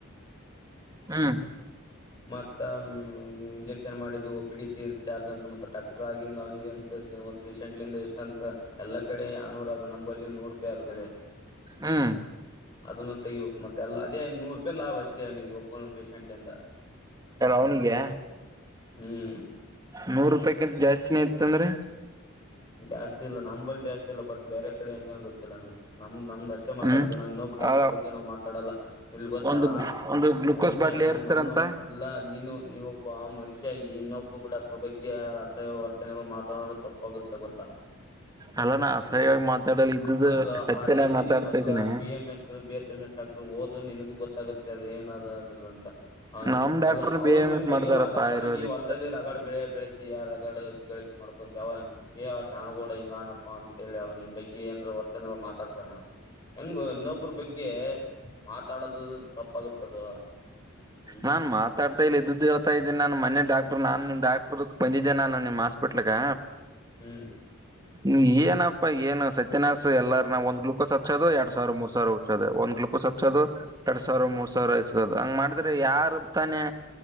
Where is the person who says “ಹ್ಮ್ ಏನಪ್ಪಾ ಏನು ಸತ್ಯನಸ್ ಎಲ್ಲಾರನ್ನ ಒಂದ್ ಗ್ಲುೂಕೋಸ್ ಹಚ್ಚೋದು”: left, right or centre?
Right